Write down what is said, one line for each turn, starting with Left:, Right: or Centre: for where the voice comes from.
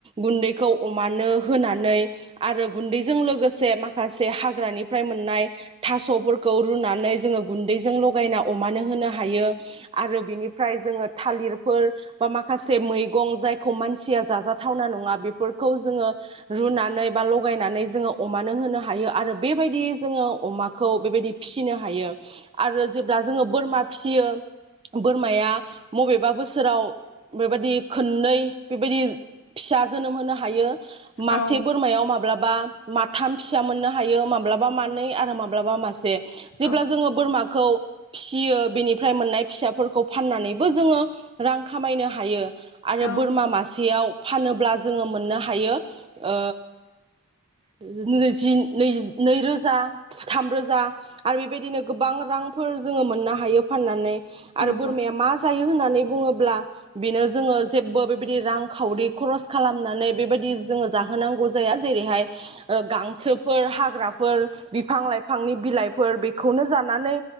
Right: गुन्दैखौ अमानो होनानै आरो गुन्दैजों लोगोसे मा खासे हाग्रानिफ्राय मोननाय थास'फोरखौ रुनानै जोङो गुन्दैजों लगायना अमानो होनो हायो आरो बेनिफ्राय जोङो थालिरफोर बा माखासे मैगं जायखौ मानसिया जाजाथावना नङा बेफोरखौ जोङो रुनानै बा लगायनानै जोङो अमानो होनो हा यो आरो बेबायदि जोङो अमाखौ बेबायदि फिसिनो हायो आरो जेब्ला जोङो बोरमा फिसियो बोरमाया मबेबा बोसोराव बेबायदि खननै बेबायदि फिसा जोनोम होनो हायो। मासे
Left: औ
Right: बोरमायाव माब्लाबा माथाम फि सा मोननो हायो मा ब्लाबा मानै आरो माब्लाबा मासे। जेब्ला
Left: औ
Right: जोङो बोरमाखौ फिसियो बेनिफ्राय मोननाय फिसाफोरखौ फाननानैबो जोङो रां खामायनो हायो। आरो
Left: औ
Right: बोरमा मासेयाव फानोब्ला जोङो मोननो हायो ओ <unintelligible> जि नै नैरोजा थामरोजा आरो बेबायदिनो गोबां रांफोर जोङो मोननो हायो फाननानै। आरो
Left: नंगौ
Right: बोरमाया मा जायो होननानै बुङोब्ला बिनो जोङो जेबो बेबादि रां खावरि खरसे खालामनानै बेबादि जोङो जाहोनांगौ जायो जेरैहाय ओ गां सोफोर हाग्राफोर बिफां लाइफांनि बिलाइफोर बेखौनो जानानै